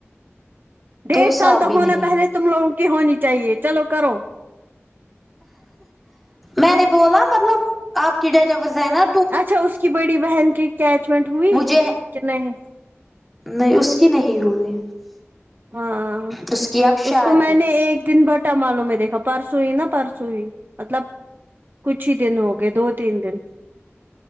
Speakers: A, on the right; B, in the centre.
A: ڈیڑھ
B: دو
A: سال تو
B: بھی
A: ہونا
B: نہیں
A: پہلے تم لوگوں کی ہونی چاہیے چلو کرو
B: میں نے بولا مطلب آپ کی ڈیٹ برس ہے نہ
A: اچھا اس کی بڑی بہن کی اچمنٹ ہوئی
B: مجھے
A: کہ نہیں
B: نہیں اس کی نہیں ہوئی
A: ہاں
B: اس کی اب شادی
A: اس کو میں نے ایک دن بٹ چٹ معلوں میں دیکھا پرسوں ہی نا پرسوں ہی مطلب کچھ ہی دن ہو گئے دو تین دن